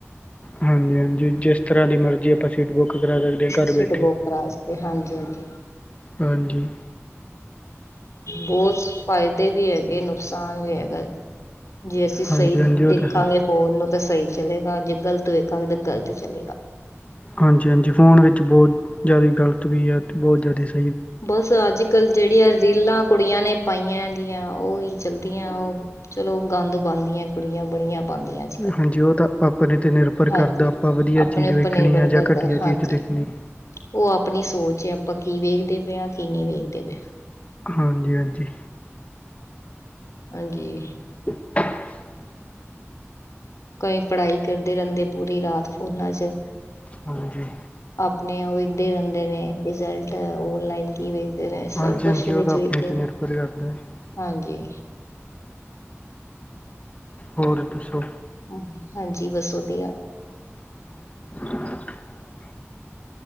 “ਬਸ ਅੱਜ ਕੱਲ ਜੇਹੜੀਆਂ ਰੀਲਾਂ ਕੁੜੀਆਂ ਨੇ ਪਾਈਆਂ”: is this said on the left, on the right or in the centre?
Left